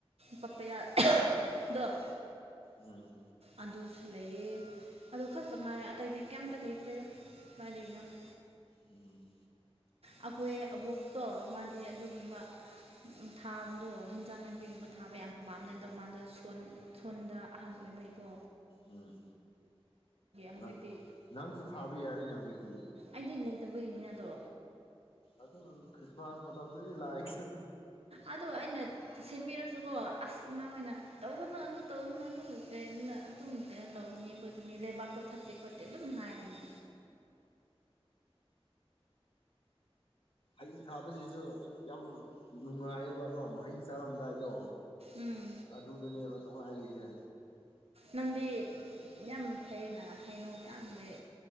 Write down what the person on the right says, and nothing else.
ꯄꯄꯌꯥꯗꯣ
ꯑꯗꯨꯁꯨ ꯂꯩꯌꯦ ꯑꯗꯨ ꯈꯛꯇꯪ ꯉꯥꯏꯔꯦ ꯑꯇꯩꯗꯤ ꯀꯩꯝꯇ ꯂꯩꯇ꯭ꯔꯦꯗ ꯃꯥꯔꯤꯅ <unintelligible>
ꯑꯩꯈꯣꯏ ꯑꯕꯣꯛꯇꯣ ꯃꯥꯗꯤ ꯑꯗꯨꯒꯨꯝꯕ ꯊꯥꯕꯗꯣ ꯍꯦꯟꯖꯥꯡ ꯅꯥꯄꯤꯒꯨꯝꯕ ꯊꯥꯕ ꯌꯥꯝ ꯄꯥꯝꯅꯩ ꯑꯗꯣ ꯃꯥꯗꯣ ꯁꯣꯟ ꯁꯣꯟꯗ ꯑꯍꯜ ꯑꯣꯏꯕꯩꯀꯣ
ꯍꯧꯖꯤꯛꯇꯤ
ꯑꯩꯗꯤ ꯂꯩꯇꯕꯒꯤꯅꯤꯅ ꯑꯗꯣ
ꯑꯗꯣ ꯑꯩꯅ ꯁꯦꯝꯕꯤꯔꯁꯨꯀꯣ ꯑꯁ ꯏꯃꯥ ꯍꯣꯏꯅ ꯇꯧꯒꯅꯨ ꯑꯗꯨ ꯇꯧꯅꯨ ꯑꯗꯨ ꯀ ꯑꯗꯨꯝ ꯀꯩꯅꯣ ꯇꯧꯒꯅꯤ ꯁꯣꯏ ꯑꯗꯨꯅꯤ ꯂꯩꯕꯥꯛꯇꯣ ꯐꯠꯇꯦ ꯈꯣꯠꯇꯦ ꯑꯗꯨꯝ ꯍꯥꯏꯌꯦꯅ
ꯎꯝ
ꯅꯪꯗꯤ ꯌꯥꯝ ꯐꯩꯩꯅ ꯍꯩꯅꯧ ꯌꯥꯝꯌꯥꯝ ꯂꯩ